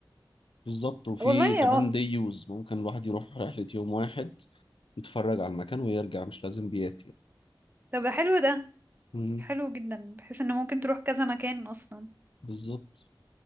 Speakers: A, on the left (about 80°); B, on the right (about 25°).
A: بالظبط وفي
B: والله
A: كمان
B: اه
A: ديوز ممكن الواحد يروح رحلة يوم واحد يتفرج على المكان ويرجع مش لازم بيات يعني
B: طب حلو ده
A: مم،
B: حلو جدا بحيث ان ممكن تروح كذا مكان اصلا
A: بالظبط